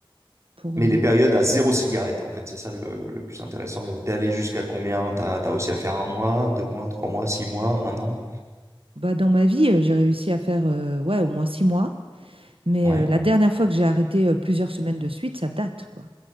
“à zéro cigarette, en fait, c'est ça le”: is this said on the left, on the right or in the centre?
Right